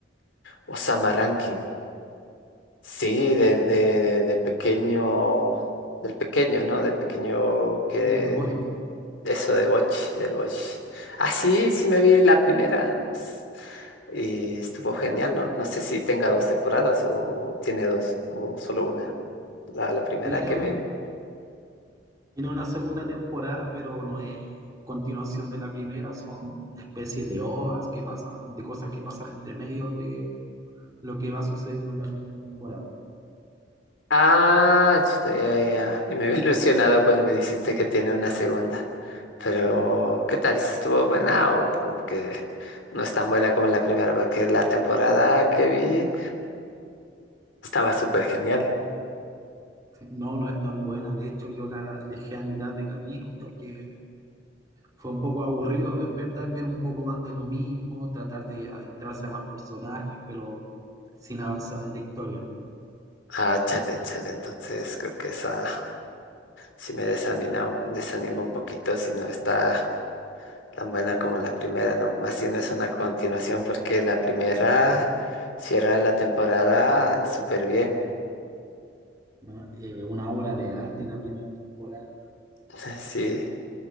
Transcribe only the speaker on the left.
Osama Rankin, sí, de, de- del pequeño, del pequeño, ¿no? Del pequeño que,
eso de Boch, del Boch. Ah, sí, sí me vi la primera, no s- y estuvo genial, ¿no? No sé si tenga dos temporadas o tiene dos, o solo una, la, la primera
que me vi.
Ah, chuta, ya, ya. Yo me había ilusionado cuando me dijiste que tiene una segunda. Pero, ¿qué tal? ¿Si ¿Estuvo buena o como que no es tan buena como la primera? Porque la temporada que vi estaba súper genial.
Ah, chale, chale. Entonces creo que esa sí me desanima, desanima un poquito si no está tan buena como la primera, ¿no? Más si no es una continuación porque la primera cierra la temporada súper bien.
<laughs> Sí.